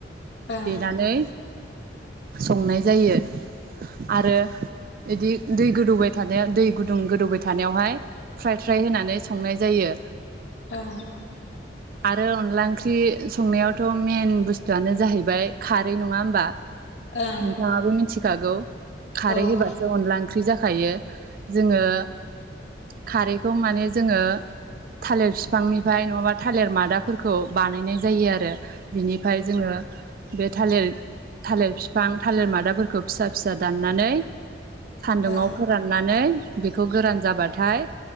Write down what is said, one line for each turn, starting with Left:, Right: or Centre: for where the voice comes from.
Left: ओं
Right: देनानै संनाय जायो। आरो बिदि दै गोदौबाय थानायाव दै गुदुं गोदौबाय थानायावहाय फ्राय फ्राय होनानै संनाय जायो।
Left: ओं
Right: आरो अनला ओंख्रि संनायावथ' मेन बुस्थुआनो जाहैबाय खारै नङा होमबा
Left: ओं उम ओं
Right: नोंथाङाबो मिथिखागौ खारै
Left: औ ओं
Right: होबासो अनला ओंख्रि जाखो खायो जोङो खारैखौ माने जोङो थालिर बिफांनिफ्राय नङाबा थालिर मादाफोरखौ बानायनाय जायो आरो। बिनिफ्राय जोङो बे थालिर थालिर बिफां थालिर मादाफोरखौ फिसा फिसा दाननानै सान्दुङाव
Left: ओं ओं
Right: फोराननानै बेखौ गोरान जाबाथाय